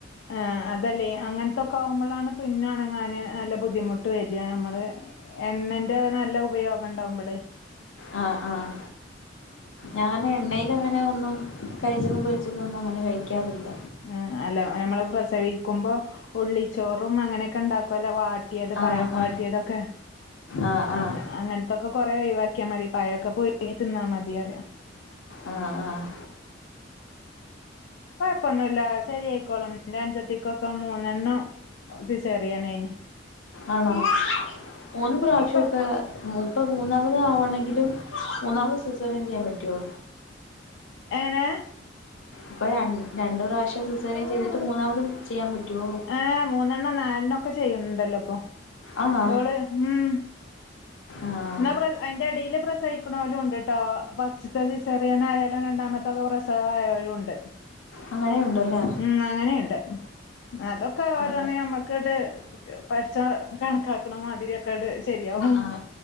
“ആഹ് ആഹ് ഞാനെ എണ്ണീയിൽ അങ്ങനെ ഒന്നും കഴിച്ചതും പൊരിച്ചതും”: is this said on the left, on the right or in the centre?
Left